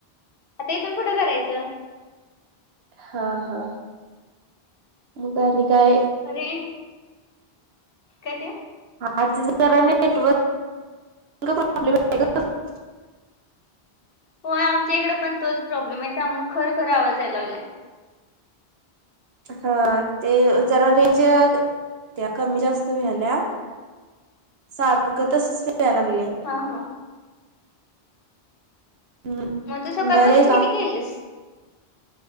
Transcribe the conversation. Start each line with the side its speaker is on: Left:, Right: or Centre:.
Left: आता इथून पुुठं करायचं.
Right: हा हा मग का काय.
Left: अरे काय ते.
Right: आजरा नेटवर्कबले <unintelligible>
Left: होय आमच्या इकडे पण तोच प्रॉब्लेम आहे त्यामुग खर खर आवाज यायला लागलाय.
Right: ह ते जरा रेंज त्या कमी जास्त व्याल्या सारखं तसच. व्हायला लागलय
Left: हा हा.
Right: हम्म
Left: मग त सकाळपासून
Right: बरे का
Left: किती केेलस.